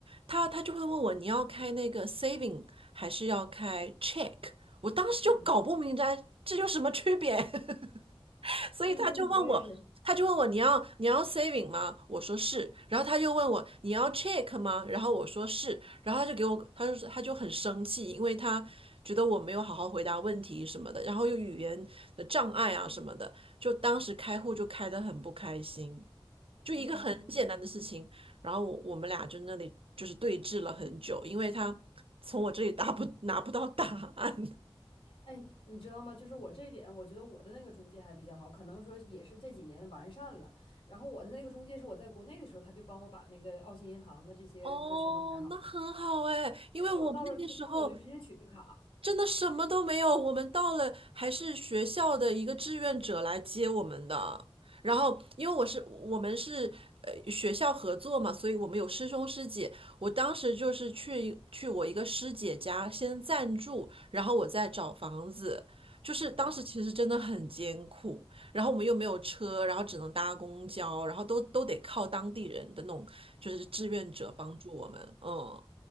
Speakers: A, on the right (about 75°); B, on the left (about 70°).
A: 他他就会问我你要开那个 saving 还是要开 check？我当时就搞不明白这有什么区别。
B: 嗯
A: <laughs> 所以他就问我，
B: 嗯嗯，我也是。
A: 他就问我你要你要 saving 吗？我说是，然后他又问我你要 check 吗？然后我说是，然后他就给我，他就他就很生气，因为他觉得我没有好好回答问题什么的，然后又语言的障碍啊什么的，就当时开户就开得很不开心，就一个很简单的事情，
B: 嗯，
A: 然后我我们俩就那里就是对峙了很久，因为他从我这里答不拿不到答案。
B: 哎，你知道吗？就是我这一点，我觉得我的那个中介还比较好，可能说也是这几年完善了。然后我的那个中介是我在国内的时候，他就帮我把那个澳新银行的这些个全都开好了。
A: 哦，那很好哎，因为我们那个时候，
B: 结果到了之后，我就直接取的卡。
A: 真的什么都没有，我们到了还是学校的一个志愿者来接我们的。然后，因为我是我们是呃学校合作嘛，所以我们有师兄师姐。我当时就是去去我一个师姐家先暂住，然后我再找房子。就是当时其实真的很艰苦，
B: 哦，
A: 然后我们又没有车，然后只能搭公交，然后都都得靠当地人的那种就是志愿者帮助我们。嗯，